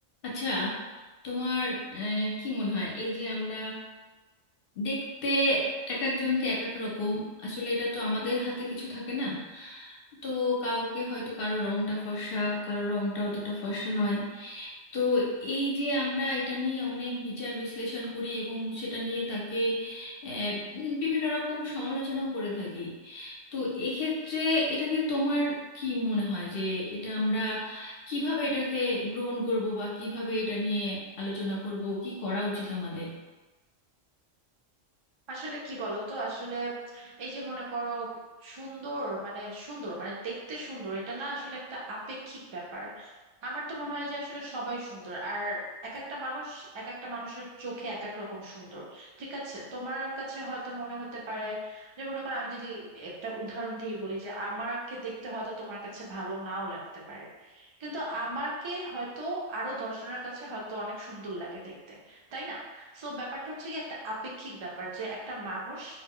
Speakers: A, on the left; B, on the right.
A: আচ্ছা তোমার আহ, কি মনে হয় এই যে আমরা দেখতে এক একজনকে এক এক রকম আসলে এটা তো আমাদের হাতে কিছু থাকে না তো কাউকে হয়তো কারো রংটা ফর্সা কারো রংটা অতটা ফর্সা নয় তো এই যে আমরা এটা নিয়ে অনেক বিচার বিশ্লেষণ করি এবং সেটা নিয়ে তাকে আহ, উম, বিভিন্ন রকম সমালোচনাও করে থাকি তো এক্ষেত্রে এটা নিয়ে তোমার কি মনে হয় যে এটা আমরা কিভাবে এটাকে গ্রহণ করব বা কিভাবে এটা নিয়ে আলোচনা করব কি করা উচিত আমাদের
B: আসলে কি বলতো আসলে এই যে মনে করো সুন্দর মানে সুন্দর মানে দেখতে সুন্দর এটা না আসলে একটা আপেক্ষিক ব্যাপার আমার তো মনে হয় যে আসলে সবাই সুন্দর আর এক একটা মানুষ এক একটা মানুষের চোখে এক এক রকম সুন্দর ঠিক আছে তোমার কাছে হয়তো মনে হতে পারে যে মনে করো আমি যদি একটা উদাহরণ দিয়ে বলি যে আমাকে দেখতে হয়তো তোমার কাছে ভালো নাও লাগতে পারে কিন্তু আমাকে হয়তো আরো দশ জনের কাছে হয়তো অনেক সুন্দর লাগে দেখতে তাই না সো ব্যাপারটা হচ্ছে কি একটা আপেক্ষিক ব্যাপার যে একটা মানুষ